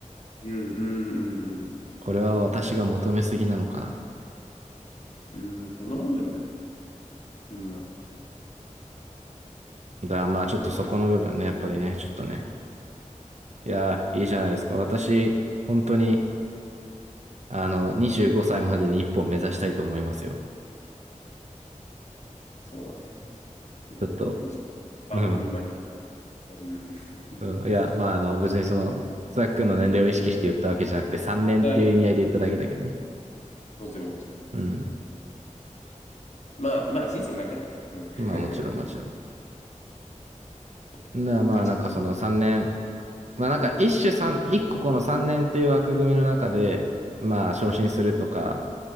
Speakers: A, on the left; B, on the right.
A: うん。うん。うん。
B: これは私が求めすぎなのかな。
A: うん。そんなもんじゃないみんな。
B: だからまあちょっとそこの部分ね、やっぱりね、ちょっとね、いやー、いいじゃないですか。私、本当に、あの、25歳までに一本目指したいと思いますよ。
A: そうね。もう僕今20。
B: ちょっと、
A: あ、
B: うん。
A: 僕今20。うん。<laughs>
B: そういや、まあ、あの、別にその、ザックの年齢を意識して言ったわけじゃなくて、
A: い
B: 3年っていう意味合いで言っただけだけどね。
A: や、もちろんもちろん。
B: うん。
A: まあまあ人生長いから。うん。や
B: まあ、もちろん、もちろ
A: っぱね、
B: ん。だからまあ、
A: ガチホ。
B: なんかその3年、まあ、なんか一種三一個この3年っていう枠組みの中で、まあ、昇進するとか、